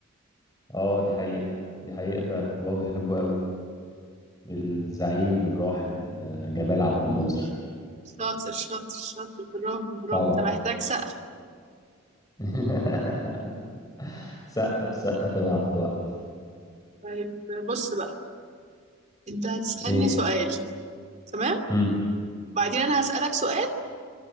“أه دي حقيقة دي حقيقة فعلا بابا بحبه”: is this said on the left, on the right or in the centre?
Left